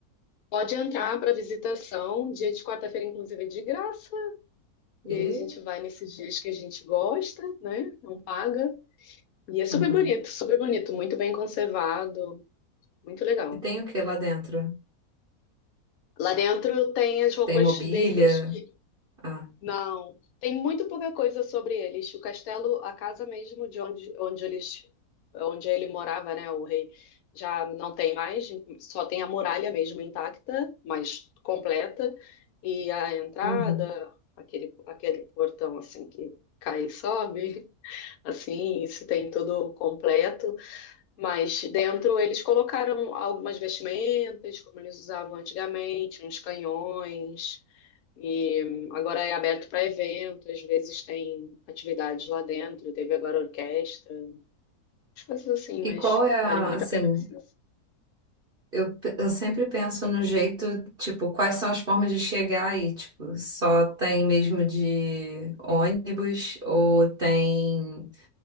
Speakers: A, on the left; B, on the right.
A: Pode entrar para visitação, dia de quarta-feira, inclusive, é de graça.
B: E,
A: E aí a gente vai nesses dias que a gente gosta, né? Não paga. E é super
B: uhum.
A: bonito, super bonito, muito bem conservado, muito legal.
B: E tem o que lá dentro?
A: Lá dentro tem as roupas
B: Tem mobília?
A: deles, que
B: Ah,
A: Não, tem muito pouca coisa sobre eles. O castelo, a casa mesmo de onde, onde eles, onde ele morava, né, o rei, já não tem mais, só tem a muralha mesmo intacta, mas completa, e a entrada,
B: uhum.
A: aquele, aquele portão assim que cai e sobe, <laughs> assim, isso tem tudo completo, mas dentro eles colocaram algumas vestimentas, como eles usavam antigamente, uns canhões. E hum, agora é aberto para evento, às vezes tem atividades lá dentro, teve agora orquestra, as coisas assim,
B: E
A: mas
B: qual é a,
A: vale muito
B: assim,
A: a pena você.
B: eu, pe- eu sempre penso no jeito, tipo, quais são as formas de chegar aí? Tipo, só tem mesmo de ônibus ou tem